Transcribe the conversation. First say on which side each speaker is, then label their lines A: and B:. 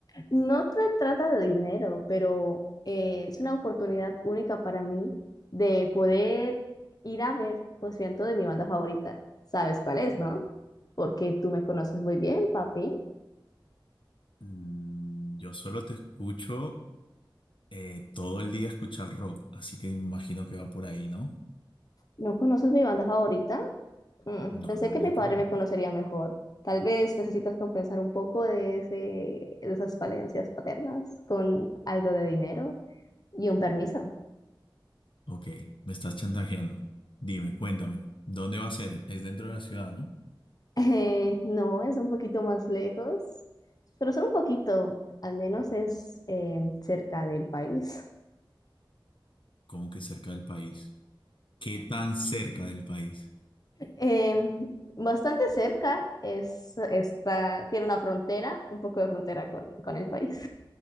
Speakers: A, on the left; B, on the left.
A: No se trata de dinero, pero eh, es una oportunidad única para mí de poder ir a ver concierto de mi banda favorita. ¿Sabes cuál es, no? Porque tú me conoces muy bien, papi.
B: Mm, yo solo te escucho eh, todo el día escuchar rock, así que imagino que va por ahí, ¿no?
A: ¿No conoces mi banda favorita? Mm,
B: No,
A: pensé
B: la verdad
A: que mi padre
B: que no.
A: me conocería mejor. Tal vez necesitas compensar un poco de ese, de esas falencias paternas con algo de dinero y un permiso. <laughs>
B: Ok, me estás chantajeando. Dime, cuéntame, ¿dónde va a ser? Es dentro de la ciudad, ¿no?
A: Eh, no, es un poquito más lejos, pero solo un poquito, al menos es eh, cerca del país.
B: Como que cerca del país. ¿Qué tan cerca del país?
A: Eh, bastante cerca, es, está, tiene una frontera, un poco de frontera con, con el país.